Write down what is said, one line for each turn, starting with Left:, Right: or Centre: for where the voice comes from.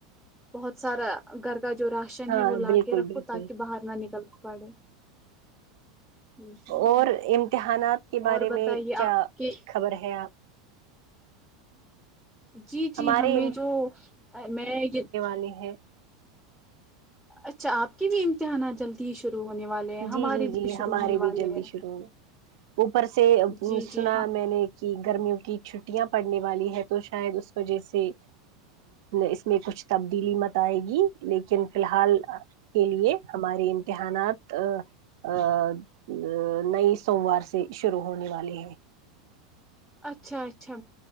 Centre: بہت سارا گھر کا جو راشن
Right: ہاں
Centre: ہے وہ لا
Right: بالکل
Centre: کے رکھو
Right: بالکل
Centre: تاکہ باہر نہ نکلنا پڑے جی
Right: اور امتحانات کے بارے
Centre: اور بتائیے
Right: میں کیا
Centre: آپ کے
Right: خبر ہے آپ
Centre: جی جی
Right: ہمارے
Centre: ہمیں جو میں یہ
Right: یہ ہے
Centre: اچھا آپ کی بھی امتحانات جلدی ہی شروع ہونے والے ہیں
Right: جی
Centre: ہمارے
Right: جی جی
Centre: بھی شروع
Right: ہمارے
Centre: ہونے والے
Right: بھی جلدی
Centre: ہیں
Right: شروع ہونے اوپر سے
Centre: جی
Right: سنا
Centre: جی ہاں
Right: میں نے کہ گرمیوں کی چھٹیاں پڑنے والی ہے تو شاید اس وجہ سے اس میں کچھ تبدیلی متائے گی لیکن فی الحال کے لیے ہمارے امتحانات ا ا نئی سوموار سے شروع ہونے والے ہیں
Centre: اچھا اچھا